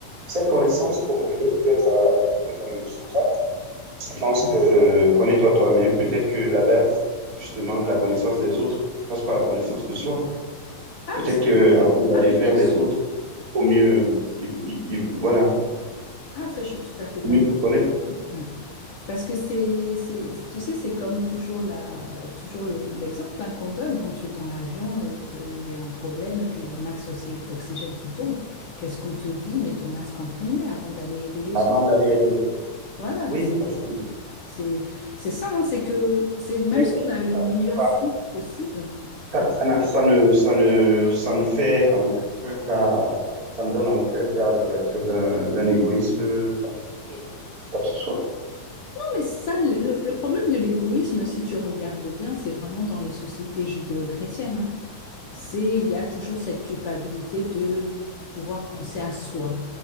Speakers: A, on the right; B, on the left.
A: cette connaissance, pour revenir peut-être à quelqu'un comme Socrate, qui pense que connais-toi toi-même, peut-être que la base justement de la connaissance des autres passe par la connaissance de soi.
B: Ah,
A: Peut-être
B: c'est-
A: que avant d'aller
B: ah, mais
A: vers
B: bien
A: les
B: sûr.
A: autres, au mieux, il- il- il- voilà,
B: Ah, ça, je suis tout à fait
A: au
B: d'accord
A: mieux se connaître
B: avec toi. Ouais. Parce que c'est, c'est, tu sais, c'est comme toujours la, toujours le- l'exemple hein, qu'on donne quand tu es dans l'avion, euh, qu'il y a un problème et qu'il y a le max oxy- d'oxygène qui tombe. Qu'est-ce qu'on te dit? Mets ton masque en premier avant d'aller aider les
A: avant
B: autres.
A: d'aller aider. les
B: Voilà,
A: Oui,
B: c'est,
A: absolument.
B: c'est, c'est ça, hein, c'est que, c'est même
A: Mais
B: si
A: est-ce
B: on a le
A: que ça
B: meilleur
A: ne fait pas
B: fond possible. c'est
A: Ça, ça n'a- ça ne, ça ne, ça ne fait en aucun cas, ça ne donne en aucun cas l'ouverture d'un, d'un égoïsme particulier, quoi que ce soit.
B: mais ça, le, le problème de l'égoïsme, si tu regardes bien, c'est vraiment dans les sociétés judéo-chrétiennes. hein. c'est il y a toujours cette culpabilité de pouvoir penser à soi,